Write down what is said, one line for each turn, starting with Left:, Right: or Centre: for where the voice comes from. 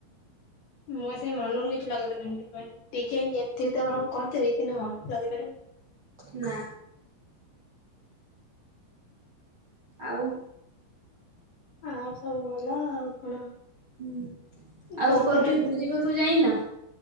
Left: ମୁଁ ପା ସେଇ ମନରୁ କିଛି ଲଗେଇ ପାରିବିନି ମାନେ ଡିଜାଇନ ଯେମତି ତମର ମୁଁ କରିଦେବି କିନ୍ତୁ ମନରୁ ଲଗେଇ ପାରିବି
Right: ନା। ଆଉ?
Left: ଆଉ ସବୁ ଭଲ ଆଉ କଣ?
Right: ହୁଁ ଆଉ
Left: କୋଉ
Right: କୋଉଠି
Left: କଲର
Right: ବୁଲିବାକୁ ଯାଇନ?